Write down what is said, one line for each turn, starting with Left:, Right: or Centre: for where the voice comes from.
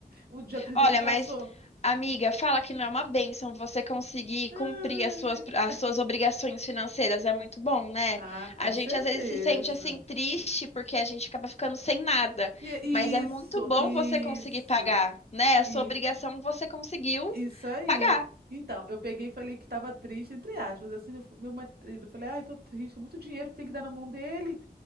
Right: O dia 30
Left: Olha,
Right: que passou.
Left: mas amiga, fala que não é uma bênção você conseguir
Right: Ai,
Left: cumprir as suas, as
Right: ai.
Left: suas obrigações financeiras. É muito bom, né?
Right: Ah, com
Left: A gente
Right: certeza.
Left: às vezes se sente assim triste porque a gente acaba ficando sem nada,
Right: E é isso,
Left: mas é muito bom
Right: isso,
Left: você conseguir pagar, né? A
Right: isso,
Left: sua obrigação você conseguiu
Right: isso aí.
Left: pagar.
Right: Então, eu peguei e falei que estava triste, entre aspas, assim, eu fu- meu marido, eu falei, ai, tô triste, é muito dinheiro que tem que dar na mão dele.